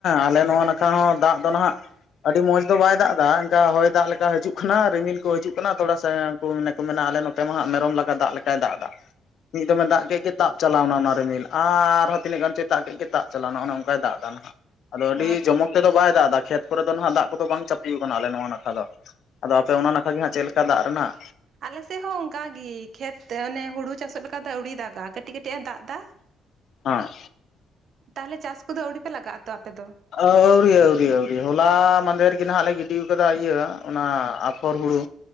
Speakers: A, on the left (about 65°); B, on the right (about 60°).
A: ᱟᱞᱮ ᱱᱚᱣᱟ ᱱᱟᱠᱷᱟ ᱦᱚᱸ ᱫᱟᱜ ᱫᱚ ᱱᱟᱦᱟᱜ ᱟᱹᱰᱤ ᱢᱚᱸᱡᱽ ᱫᱚ ᱵᱟᱭ ᱫᱟᱜ ᱮᱫᱟ ᱮᱚᱱᱠᱟ ᱦᱚᱭ ᱫᱟᱜ ᱞᱮᱠᱟ ᱦᱤᱡᱩᱜ ᱠᱟᱱᱟ ᱨᱤᱢᱤᱞ ᱠᱚ ᱦᱤᱡᱩᱜ ᱠᱟᱱᱟ ᱛᱷᱚᱲᱟ᱾ ᱢᱟᱱᱮ ᱠᱚ ᱢᱮᱱᱟ ᱟᱞᱮ ᱱᱚᱛᱮ ᱢᱟ ᱦᱟᱜ ᱢᱮᱨᱚᱢ ᱞᱟᱜᱟ ᱫᱟᱜ ᱞᱮᱠᱟᱭ ᱫᱟᱜ ᱮᱫᱟ ᱢᱤᱫ ᱫᱚᱢᱮ ᱫᱟᱜ ᱠᱮᱫ ᱜᱤ ᱛᱟᱵ ᱪᱟᱞᱟᱣᱱᱟ ᱚᱱᱟ ᱨᱤᱢᱤᱞ ᱟᱨ ᱛᱟᱦᱳ ᱛᱤᱱᱟᱹᱜ ᱜᱟᱱ ᱪᱟᱭ ᱫᱟᱜ ᱠᱮᱫ ᱛᱟᱵ ᱪᱟᱞᱟᱣ ᱱᱟ ᱚᱱᱮ ᱚᱱᱠᱟᱭ ᱫᱟᱜ ᱫᱟ ᱱᱟᱦᱟᱜ ᱟᱫᱚ ᱟᱹᱰᱤ
B: ᱚ
A: ᱡᱚᱢᱚᱠ ᱛᱮᱫᱚ ᱵᱟᱭ ᱫᱟᱜ ᱮᱫᱟ, ᱠᱷᱮᱛ ᱠᱚᱨᱮ ᱫᱚ ᱱᱟᱦᱟᱜ ᱫᱟᱜ ᱠᱚᱫᱚ ᱵᱟᱝ ᱪᱟᱯᱤᱣ ᱟᱠᱟᱱᱟ ᱟᱞᱮ ᱱᱚᱣᱟ ᱱᱟᱠᱷᱟ ᱫᱚ᱾ ᱟᱫᱚ ᱟᱯᱮ ᱚᱱᱟ ᱱᱟᱠᱷᱟ ᱜᱮ ᱦᱟᱸᱜ ᱪᱮᱫ ᱞᱮᱠᱟ ᱫᱟᱜ ᱨᱮᱱᱟᱜ
B: ᱟᱞᱮ ᱥᱮᱫ ᱦᱚᱸ ᱚᱱᱠᱟᱜ ᱜᱤ ᱠᱷᱮᱛ ᱚᱱᱮ ᱦᱩᱲᱩ ᱪᱟᱥᱚᱜ ᱞᱮᱠᱟ ᱫᱚ ᱟᱹᱣᱨᱤ ᱫᱟᱜᱟ ᱠᱟᱹᱴᱤᱡ ᱠᱟᱹᱴᱤᱡ ᱮ ᱫᱟᱜ ᱮᱫᱟ᱾ <inaudible>
A: ᱦᱟᱸᱜ
B: ᱛᱟᱦᱚᱞᱮ ᱪᱟᱥ ᱠᱚᱫᱚ ᱟᱹᱣᱰᱤ ᱯᱮ ᱞᱟᱜᱟᱜ ᱟ ᱛᱚ ᱟᱯᱮ ᱫᱚ?
A: ᱟᱹᱣᱨᱤ ᱟᱹᱣᱨᱤ ᱟᱹᱣᱨᱤ ᱦᱚᱞᱟ ᱢᱟᱫᱷᱮᱨ ᱜᱮ ᱱᱟᱜ ᱞᱮ ᱜᱤᱰᱤᱣ ᱠᱟᱫᱟ ᱤᱭᱟᱹ ᱚᱱᱟ ᱟᱯᱷᱚᱨ ᱦᱩᱲᱩ